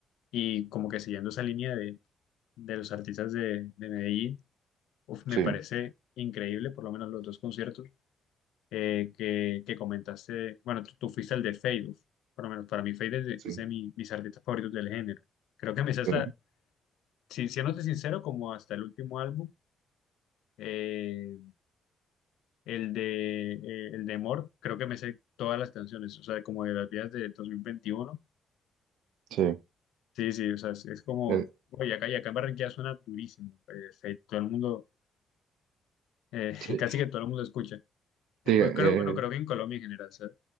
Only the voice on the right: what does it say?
Sí,
sí,
sí,
sí.
eh,
sí.
Sí,
eh,